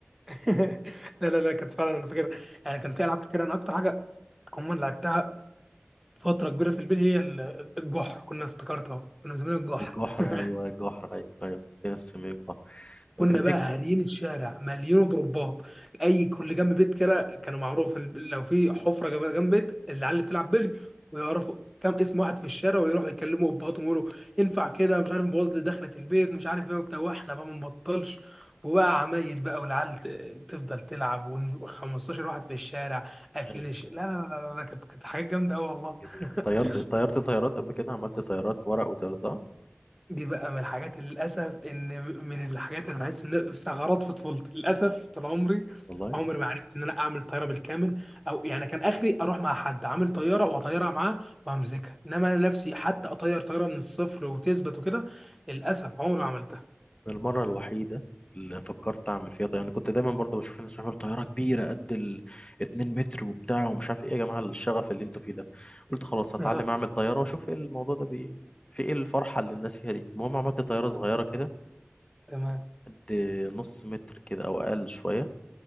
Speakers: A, in the centre; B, on the left.
A: <laughs> لا لا لا كانت فعلا انا فاكر يعني كان في العاب كتير انا اكتر حاجه عموما لعبتها فتره كبيره في البيت هي ال- الجحر كنا افتكرتها كنا مسمينها الجحر
B: الجحر
A: <laughs>
B: ايوه الجحر ايوه ايوه في ناس بتسميه الجحر فكان
A: كنا
B: في
A: بقى هاريين الشارع مليانه ضربات اي كل جنب بيت كده كانوا معروف ال- لو في حفره جنب جنب بيت العيال اللي بتلعب بلي ويعرفوا كام اسم واحد في الشارع ويروحوا يكلموا ابهاتهم ويقولوا ينفع كده مش عارف نبوظ لي دخلة البيت مش عارف ايه وبتاع واحنا بقى ما نبطلش وبقى عمايل بقى والعيال ت- تفضل تلعب و15 واحد في الشارع قافلين
B: أيوة.
A: الش... لا لا لا لا لا، كانت كانت حاجات جامده قوي والله
B: جميل
A: <laughs>
B: طيرت طيرت طيارات قبل كده عملت طيارات ورق وطيرتها
A: دي بقى من الحاجات اللي للأسف إن من الحاجات اللي بحس إن في ثغرات في طفولتي للأسف طول عمري
B: والله
A: عمري ما عرفت إن أنا أعمل طيارة بالكامل أو يعني كان آخري أروح مع حد عامل طيارة وأطيرها معاه وأمسكها إنما أنا نفسي حتى أطير طيارة من الصفر وتثبت وكده للأسف عمري ما عملتها
B: المرة الوحيدة اللي فكرت أعمل فيها طيارة أنا كنت دايما برضو بشوف الناس بيعملوا طيارة كبيرة قد ال 2 متر وبتاع ومش عارف إيه يا جماعة الشغف اللي أنتوا فيه ده قلت خلاص هتعلم
A: آه،
B: أعمل طيارة وأشوف إيه الموضوع ده بي... في إيه الفرحة اللي الناس فيها دي المهم عملت طيارة صغيرة كده
A: تمام
B: قد نص متر كده أو أقل شوية